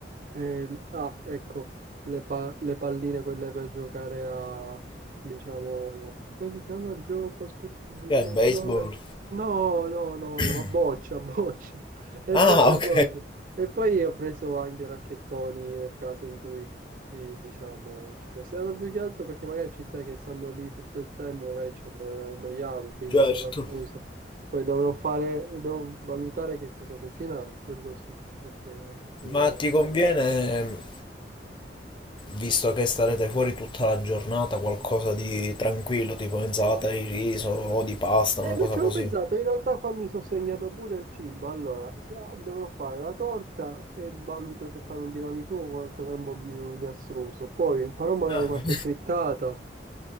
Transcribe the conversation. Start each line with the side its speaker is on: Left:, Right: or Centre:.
Right: Eh, ah, ecco, le, pa- le palline quelle per giocare a, diciamo, come si chiama il gioco? Aspetta che mi
Left: Che
Right: viene
Left: è baseball?
Right: il nome.
Left: <clears throat>
Right: No, no, no,
Left: <coughs>
Right: no, a boccia, a boccia. <laughs> E
Left: Ah,
Right: poi le
Left: ok,
Right: bocce. E poi ho preso anche racchettoni nel caso in cui, eh, diciamo, ci fosse. Ma più che altro perché magari ci sai che stando lì tutto il tempo, magari ci anno- annoiamo, quindi
Left: certo.
Right: con la scusa. Poi dovrò fare, devo valutare che cosa cucinare, quello sì, perché non
Left: Ma
Right: ho
Left: ti conviene, visto che starete fuori tutta la giornata, qualcosa di tranquillo, tipo insalata di riso o di pasta,
Right: Eh,
Left: una
Right: non
Left: cosa
Right: ci
Left: così?
Right: avevo pensato, in realtà qua mi sono segnato pure il cibo, allora se- dovrò fare la torta e valuto se fare un tiramisù o qualcosa un po' più di astruso, poi farò magari
Left: Ah.
Right: qualche
Left: <laughs>
Right: frittata,